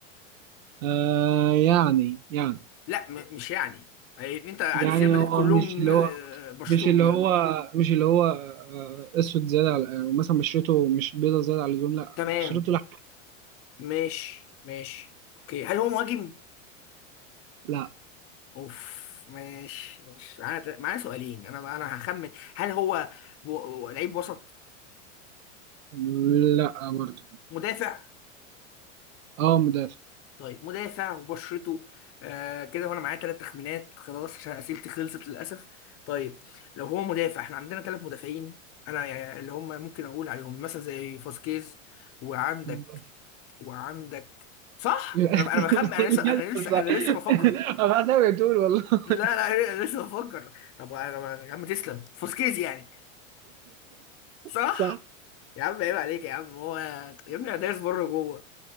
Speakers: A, on the right; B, on the left.
A: آه يعني يعني
B: لا م... مش يعني يعني انت عارف
A: يعني
B: ريال مدريد
A: هو
B: كلهم
A: مش اللي
B: آه،
A: هو
B: بشرتهم
A: مش اللي هو
B: آه،
A: مش اللي هو آه اسود زياده على آه مثلا بشرته مش بيضه زياده على اللزوم لا
B: تمام
A: بشرته لا
B: ماشي ماشي اوكي هل هو مهاجم
A: لا
B: اوف ماشي ماشي معانا معانا سؤالين انا انا هخمن هل هو و... و... لعيب وسط
A: لا برضه
B: مدافع
A: اه مدافع
B: طيب مدافع وبشرته آه كده وانا معايا ثلاث تخمينات خلاص عشان اسئلتي خلصت للاسف طيب لو هو مدافع احنا عندنا ثلاث مدافعين انا يعني اللي هم ممكن اقول عليهم مثلا زي فاسكيز وعندك
A: صح
B: وعندك صح
A: <laughs>
B: انا انا بخمن انا لسه انا لسه انا
A: صح.
B: لسه بفكر
A: انا حاسس بتقول والله <laughs>
B: لا لا انا لسه بفكر طب انا يا عم تسلم فوسكيز يعني صح
A: صح
B: يا عم عيب عليك يا عم هو يا ابني انا دايس بره جوه